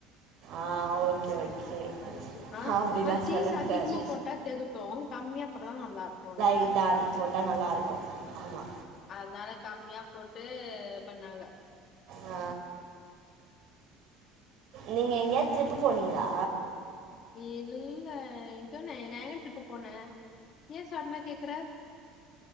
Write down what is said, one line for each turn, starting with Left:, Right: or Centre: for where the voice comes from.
Right: ஆ ஓகே ஓகே
Left: பண்ணுச்சு ஆ
Right: அப்படிலா
Left: ஆ சீஸ்
Right: சொல்லக்கூடாது
Left: அதிகமா போட்டா தெகட்டு கம்மியா போட்டதா நல்லாருக்குல்ல
Right: இ டான் போட்டா நல்லாருக்கு ஆமா
Left: அதனால கம்மியா போட்டு பண்ணாங்க
Right: ஆ நீங்க எங்கயாது ட்ரிப்பு போனீங்ளா
Left: இல்ல இப்பென்ன நா ஏ ட்ரிப்பு போன ஏ சடனா கேக்குற